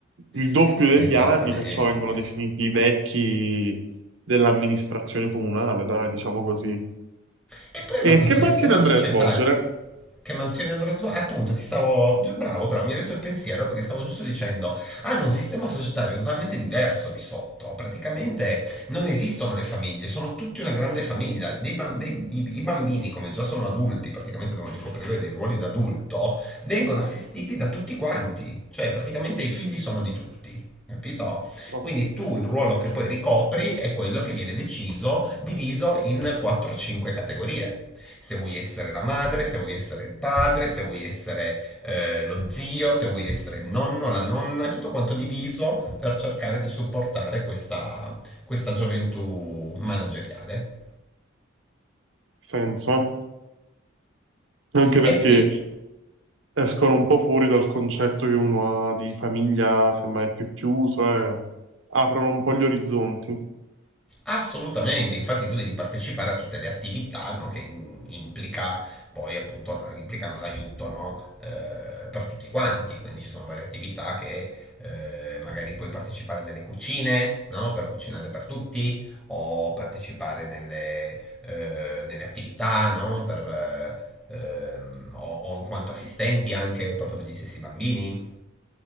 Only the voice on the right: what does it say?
il doppio
degli
anni, perciò vengono definiti i vecchi dell'amministrazione comunale, dai, diciamo così.
E
che mansione
andrei
a svolgere?
Ok,
senso. Anche
perché
escono un po' fuori dal concetto che uno ha di famiglia, semmai più chiuso, e aprono un po' gli orizzonti.